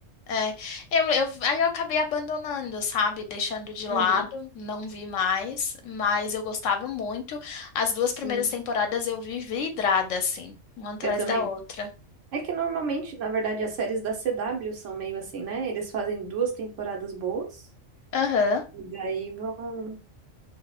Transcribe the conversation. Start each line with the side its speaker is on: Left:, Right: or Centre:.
Left: É, eu, eu, aí eu acabei abandonando, sabe? Deixando de lado,
Right: Uhum.
Left: não vi mais, mas eu gostava muito. As duas
Right: Sim,
Left: primeiras temporadas eu vi vidrada, assim, uma atrás
Right: eu também.
Left: da outra.
Right: É que normalmente, na verdade, as séries da CW são meio assim, né? Eles fazem duas temporadas boas
Left: Aham,
Right: e daí vão.